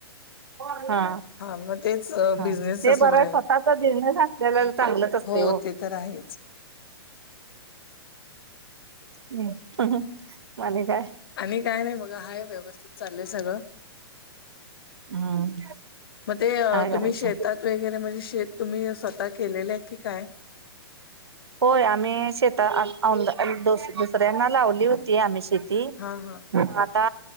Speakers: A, on the right (about 80°); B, on the left (about 65°).
A: हा.
B: हा मग तेच
A: ह
B: बिझनेस
A: ते
B: असलं
A: बर
B: म्हले
A: स्वतःचा बिझनेस असलेल्याला चांगलच असते
B: हो
A: ओ.
B: ते तर आहेच.
A: हम्म <unintelligible> आणि काय?
B: आणि काय नाही बघा आहे व्यवस्थित. चालले सगळं
A: हम्म
B: म ते अ
A: काय
B: तुम्ही
A: करायचं
B: शेतात वगैरे म्हणजे शेत तुम्ही स्वतः केलेले आहे की काय.
A: होय आम्ही शेता आ आ आमदा दु दुसऱ्यांना लावली होती आम्ही शेत ती
B: हां, हां.
A: म आता